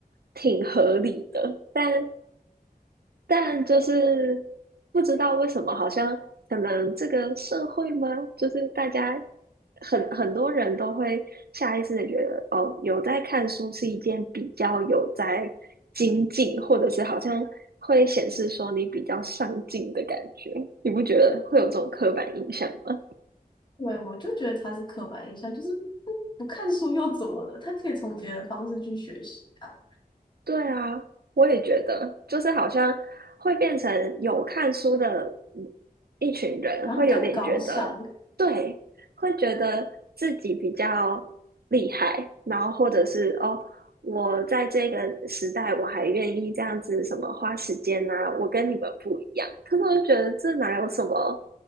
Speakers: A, on the right; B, on the left.
A: 挺合理的，但。但就是不知道为什么，好像可能这个社会吗？就是大家很很多人都会下意识的觉得，哦，有在看书是一件比较有在精进，或者是好像会显示说你比较上进的感觉。你不觉得会有这种刻板印象吗？
B: 对，我就觉得它是刻板印象，就是不不看书又怎么了？他可以从别的方式去学习啊，
A: 对啊，我也觉得，就是好像会变成有看书的嗯一群人，
B: 然后比较高尚。
A: 会有点觉得，对，会觉得自己比较厉害，然后或者是哦，我在这个时代我还愿意这样子什么花时间啊，我跟你们不一样，可是我就觉得这哪有什么